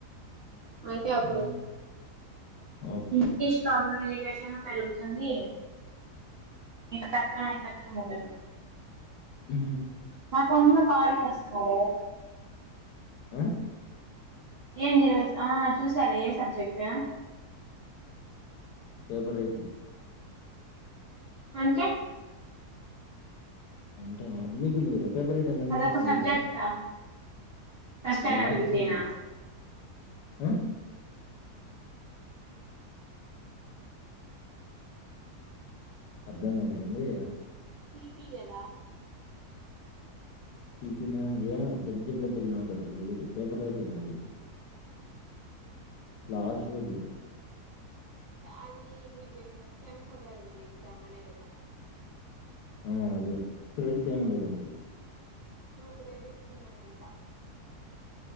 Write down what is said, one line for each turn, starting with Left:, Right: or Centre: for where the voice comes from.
Right: అంటే
Left: హ్మ్.
Right: అప్పుడు
Left: ఓకే.
Right: ఇంగ్లీష్ కమ్యూనికేషన్ పెరుగుతుంది మీ తజ <unintelligible> ఉంటుంది
Left: హ
Right: మా తమ్ముడు కాల్ చేస్తున్నాడే
Left: ఆ
Right: ఏం జరు ఆ చూసాలా ఏ సబ్జెక్ట్
Left: పేపర్ రైటింగ్
Right: అంతే
Left: అంటేనా మీకుంది కదా <inaudible> పర్ట్
Right: అదొక సబ్జెక్టా సస్టైనబిలిటీనా
Left: లాస్ట్ సబ్జెక్ట్ హ్మ్ అర్ధం కావట్లేంది
Right: టి పి కదా
Left: తిట్టిన ఏమో సబ్జెక్ట్ లో పిల్ల మాకు అంత తెలీయదు పేపర్ రైటింగ్ అది లాస్ట్ సబ్జెక్ట్
Right: అది మిడ్డే సేమ్ కి ఉండదు కదా ఎగ్జామ్ అది కదా
Left: ఆ అదే క్రెడిట్స్ ఏమి ఉండవు దానికి
Right: టూ క్రెడిట్స్ ఉన్నాయి ఇంకా